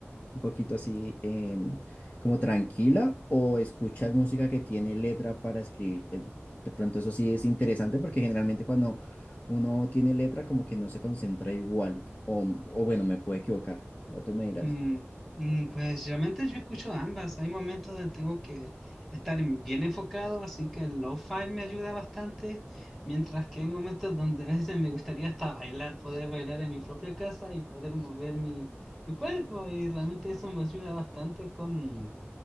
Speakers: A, on the left; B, in the centre.
A: un poquito así, em, como tranquila, o escuchas música que tiene letra para escribir. Eh, De pronto eso sí es interesante porque generalmente cuando uno tiene letra como que no se concentra igual, o, o bueno, me puedo equivocar, ya tú me dirás.
B: Mm, mm, pues realmente yo escucho ambas. Hay momentos donde tengo que estar en- bien enfocado, así que el lo-fi me ayuda bastante, mientras que hay momentos donde a veces me gustaría hasta bailar, poder bailar en mi propia casa y poder mover mi, mi cuerpo. Y realmente eso me ayuda bastante con